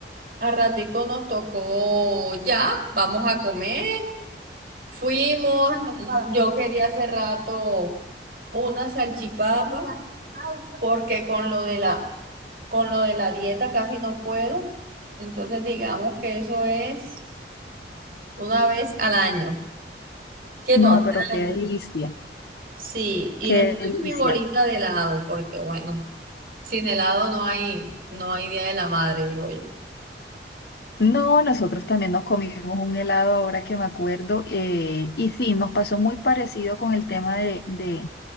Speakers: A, on the right; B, on the left.
A: A ratico nos tocó ya, vamos a comer. Fuimos, yo quería hace rato una salchipapa porque con lo de la con lo de la dieta casi no puedo. Entonces digamos que eso es una vez al año, que
B: No,
A: no hace
B: pero qué
A: daño.
B: delicia,
A: Sí, y
B: qué
A: después
B: delicia.
A: mi bolita de helado, porque bueno, sin helado no hay no hay Día de la Madre, digo yo.
B: No, nosotros también nos comimos un helado ahora que me acuerdo eh, y sí, nos pasó muy parecido con el tema de, de,